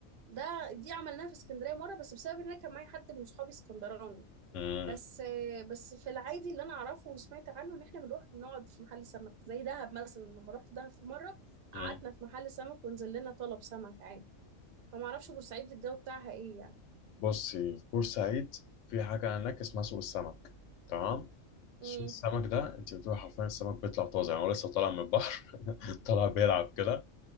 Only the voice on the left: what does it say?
امم
امم
بصي في بورسعيد في حاجه هناك اسمها سوق السمك تمام سوق
السمك ده انت بتروح حرفيا السمك بيطلع طازه يعني هو لسه طالع من البحر <laughs> طالع بيلعب كده